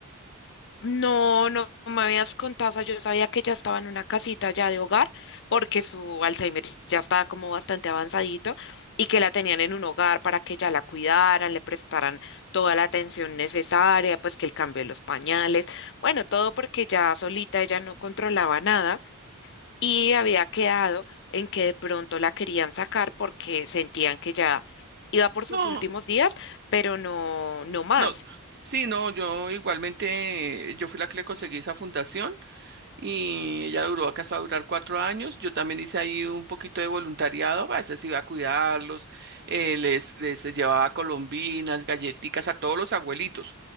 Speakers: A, on the left; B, on the right.
A: No, no no me habías contado, o sea, yo sabía que ya estaba en una casita ya de hogar, porque su Alzheimer ya estaba como bastante avanzadito y que la tenían en un hogar para que ya la cuidaran, le prestaran toda la atención necesaria, pues que el cambio de los pañales, bueno, todo porque ya solita ella no controlaba nada y había quedado en que de pronto la querían sacar porque sentían que ya iba por sus
B: No,
A: últimos días, pero no, no más.
B: no, sí, no, yo igualmente, yo fui la que le conseguí esa fundación y ella duró acá hasta durar cuatro años. Yo también hice ahí un poquito de voluntariado, a veces iba a cuidarlos, eh, les, les llevaba colombinas, galletitas a todos los abuelitos,